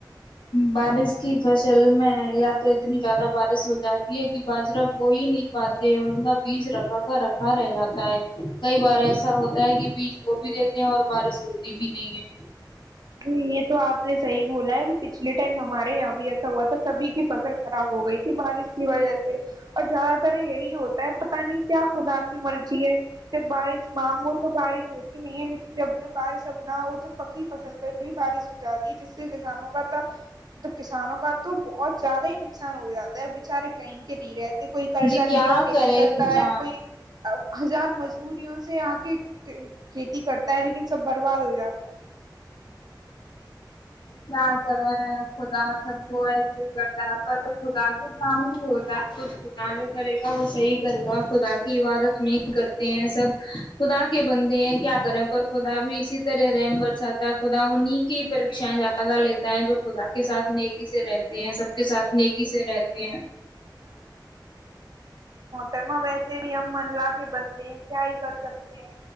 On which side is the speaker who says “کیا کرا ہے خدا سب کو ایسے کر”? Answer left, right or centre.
Left